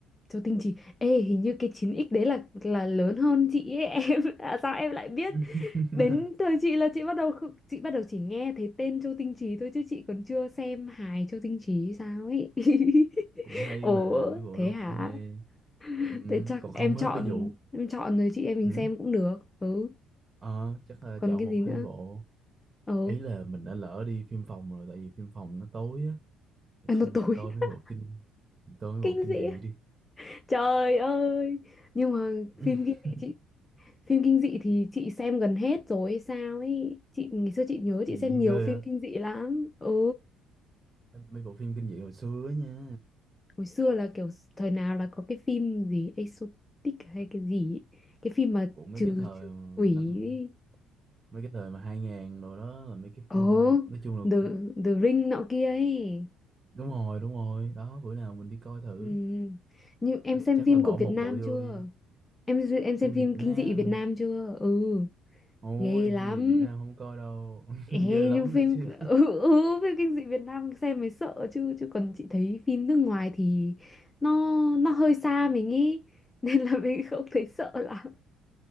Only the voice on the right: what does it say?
<laughs>
cũng hay
mà mấy bộ
đó
cũng hay. Ừm,
còn không
á, ví dụ
ừm,
ờ, chắc là
chọn
một
hai bộ.
Ý là mình đã lỡ đi phim phòng rồi tại vì phim phòng nó tối á,
không
mình coi mấy
bộ kinh mình coi mấy
bộ kinh
dị đi.
<laughs>
Dị
ghê
á.
Mấy, mấy bộ phim kinh dị hồi xưa á nha.
Của mấy
cái thời
mà
năm
mấy cái thời mà hai ngàn rồi đó là mấy cái
phim nói chung là cũng
đúng rồi đúng rồi đó bữa nào mình đi coi thử
Ờ,
chắc
là bỏ
một
bộ
vô đi
phim
Việt Nam
ôi
phim về Việt Nam không coi đâu
<laughs> ghê lắm
nữa chứ